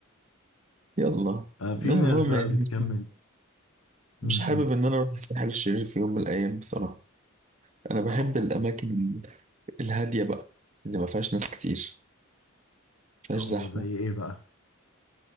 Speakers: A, on the right; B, on the left.
A: يلا
B: آه، في
A: لا
B: ناس
A: المهم
B: بقى
A: يعني
B: بتكمل
A: مش
B: م-
A: مش حابب
B: م.
A: إن أنا أروح الساحل الشرير في يوم من الأيام بصراحة أنا بحب
B: اه
A: الأماكن ال- الهادية بقى اللي ما فيهاش ناس كتير ما فيهاش
B: او
A: زحمة
B: زي ايه بقى